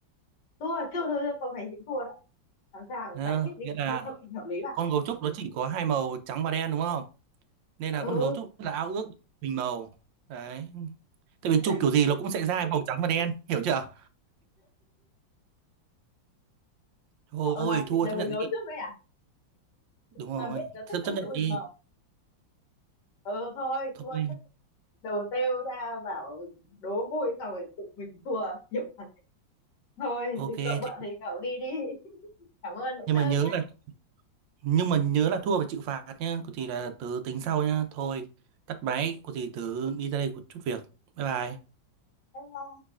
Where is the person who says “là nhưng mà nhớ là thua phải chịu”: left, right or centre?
Right